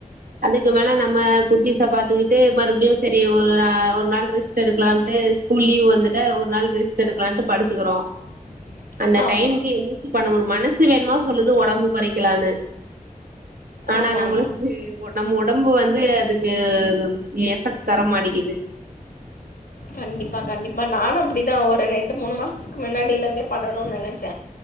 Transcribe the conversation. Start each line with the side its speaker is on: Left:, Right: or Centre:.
Right: அதுக்கு மேல நம்ம குட்டிஸப் பாத்துக்கிட்டு மறுபடியு சரி ஒரு நா ஒரு நாள் ரெஸ்ட் எடுக்கலான்ட்டு ஸ்கூல் லீவ் வந்துட்டா ஒரு நாள் ரெஸ்ட் எடுக்கலான்ட்டு படுத்துக்குறோ
Left: <inaudible>
Right: அந்த
Left: ஆமா
Right: டைம்க்கு எந்துச்சி பண்ண முடியுமா மனசு வேணுமா சொல்லுது ஒடம்பு கொறைக்கலான்னு ஆனா
Left: ஆமா
Right: நம்மளுக்கு
Left: ஆமா
Right: நம் ஒடம்பு வந்து அதுக்கு எஃபெக்ட் தர மாட்டிக்கிது
Left: கண்டிப்பா கண்டிப்பா நானு அப்டிதா ஒரு ரெண்டு மூணு மாசத் க்கு மின்னாடியில இருந்தே பண்ணணு நெனச்ச